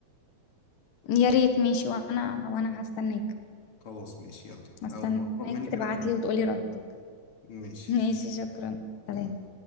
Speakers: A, on the left; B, on the left.
A: يا ريت ماشي وانا وانا هستناك
B: خلاص ماشي يلا
A: هستناك
B: اول ما اقرب مني كده
A: تبعت
B: كده
A: لي وتقولي ردك <laughs>
B: ماشي
A: ماشي شكرا
B: يلا
A: سلام